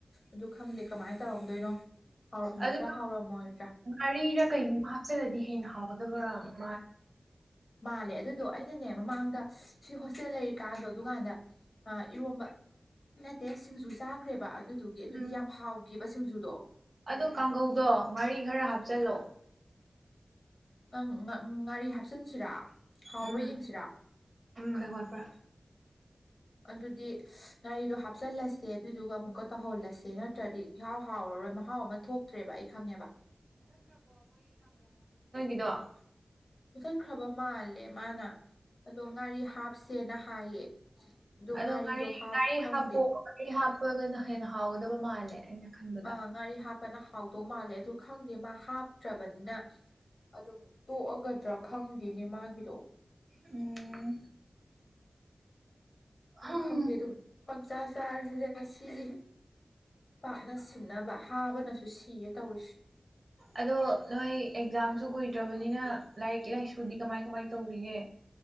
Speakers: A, on the left (about 55°); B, on the right (about 50°).
A: ꯑꯗꯨ ꯈꯪꯗꯦ ꯀꯃꯥꯏꯅ ꯇꯧꯔꯝꯗꯣꯏꯅꯣ ꯍꯥꯎꯔꯝꯒꯗ꯭ꯔꯥ
B: ꯑꯗꯨ
A: ꯍꯥꯎꯔꯝꯃꯣꯏꯗ꯭ꯔꯥ
B: ꯉꯥꯔꯤꯔ ꯀꯩꯅꯣꯝ ꯍꯥꯞꯆꯤꯜꯂꯗꯤ ꯍꯦꯟꯅ ꯍꯥꯎ ꯃꯗꯕꯔ ꯃꯥ
A: ꯃꯥꯜꯂꯦ ꯑꯗꯨꯗꯣ ꯑꯩꯅꯅꯦ ꯃꯃꯥꯡꯗ ꯁꯤ ꯍꯣꯁꯇꯦꯜ ꯂꯩꯔꯤꯀꯥꯗꯣ ꯑꯗꯨꯀꯥꯟꯗ ꯏꯔꯣꯝꯕ ꯅꯠꯇꯦ ꯁꯤꯡꯖꯨ ꯆꯥꯈ꯭ꯔꯦꯕ ꯑꯗꯨꯗꯨꯒꯤ ꯑꯗꯨꯗꯤ
B: ꯎꯝ
A: ꯌꯥꯝ ꯍꯥꯎꯈꯤꯕꯕ ꯁꯤꯡꯖꯨꯗꯣ
B: ꯑꯗꯨ ꯀꯥꯡꯒꯧꯗꯣ ꯉꯥꯔꯤ ꯈꯔ ꯍꯥꯞꯆꯤꯜꯂꯣ
A: ꯎ ꯉꯒꯥꯔꯤ ꯍꯥ ꯍꯥꯞꯆꯤꯟꯁꯤꯔ ꯍꯥꯎꯕ
B: ꯎꯝ
A: ꯌꯦꯡꯁꯤꯔ
B: ꯈꯔ ꯋꯥꯠꯄ꯭ꯔꯥ
A: ꯑꯗꯨꯗꯤ ꯉꯥꯔꯤꯗꯣ ꯍꯥꯞꯆꯜꯂꯁꯦ ꯑꯗꯨꯗꯨꯒ ꯑꯃꯨꯛ ꯇꯧꯍꯜꯂꯁꯦ ꯅꯠꯇ꯭ꯔꯗꯤ ꯍꯍꯥꯎ ꯍꯥꯎꯔꯔꯣꯏ ꯃꯍꯥꯎ ꯑꯃ ꯊꯣꯛꯇ꯭ꯔꯦꯕ ꯑꯩ ꯈꯪꯉꯦꯕ
B: ꯗ
A: ꯃꯨꯊꯠꯈ꯭ꯔꯕ ꯃꯥꯜꯂꯦ ꯃꯥꯅ ꯑꯗꯣ ꯉꯥꯔꯤ ꯍꯥꯞꯁꯦꯅ ꯍꯥꯏꯌꯦ
B: ꯑꯗꯣ
A: ꯉꯥꯔꯤꯗꯣ
B: ꯉꯥꯔꯤ
A: ꯍꯥꯞ
B: ꯉꯥꯔꯤ
A: ꯈꯪꯗꯦ
B: ꯍꯥꯞꯄꯣ ꯉꯥꯔꯤ ꯍꯥꯞꯄꯒꯅ ꯍꯦꯟꯅ ꯍꯥꯎꯒꯗꯕ ꯃꯥꯜꯂꯦ ꯑꯩꯅ ꯈꯟꯕꯗ
A: ꯑꯥ ꯉꯥꯔꯤ ꯍꯥꯞꯄꯅ ꯍꯥꯎꯗꯧ ꯃꯥꯜꯂꯦ ꯑꯗꯨ ꯈꯪꯗꯦ ꯃꯥ ꯍꯥꯞꯇ꯭ꯔꯕꯅꯤꯅ ꯑꯗꯨꯝ ꯇꯣꯛꯑꯒꯗ꯭ꯔꯥ ꯈꯪꯗꯦꯅꯦ ꯃꯥꯒꯤꯗꯣ
B: ꯎꯝ
A: ꯑꯗꯨ
B: ꯍꯝ
A: ꯈꯪꯗꯦ ꯑꯗꯨꯝ ꯄꯪꯆꯥ ꯆꯥꯔꯁꯤꯁ ꯉꯁꯤꯗꯤ ꯄꯥꯛꯅ ꯁꯤꯟꯅꯅꯕ ꯍꯥꯕꯅꯁꯨ ꯁꯤꯒ ꯇꯧꯔꯁꯤ
B: ꯑꯗꯣ ꯅꯣꯏ ꯑꯦꯛꯖꯥꯝꯁꯨ ꯀꯨꯏꯗ꯭ꯔꯕꯅꯤꯅ ꯂꯥꯏꯔꯤꯛ ꯂꯥꯏꯁꯨꯨꯗꯤ ꯀꯃꯥꯏ ꯀꯃꯥꯏ ꯇꯧꯔꯤꯌꯦ